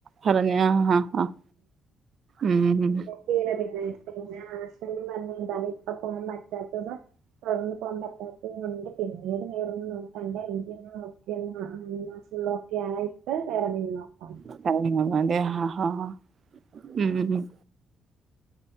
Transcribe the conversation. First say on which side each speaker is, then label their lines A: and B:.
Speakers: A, on the right; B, on the right.
A: പറഞ്ഞ ആഹ് ആഹ് ആഹ് ഉം ഉം
B: തീരെ പിന്നെ പിന്നെ <unintelligible> പറഞ്ഞ എന്താലും ഇപ്പ പോകാൻ പറ്റാത്തന്ന വർന്നന്ന് പോകാൻ പറ്റാത്ത കൊണ്ട് പിന്നീട് വേറൊന്ന് <unintelligible> ത് ആയിട്ട് വേറെ നി നോക്കാം
A: <unintelligible> ആഹ് ആഹ് ആഹ് ഉം ഉം ഉം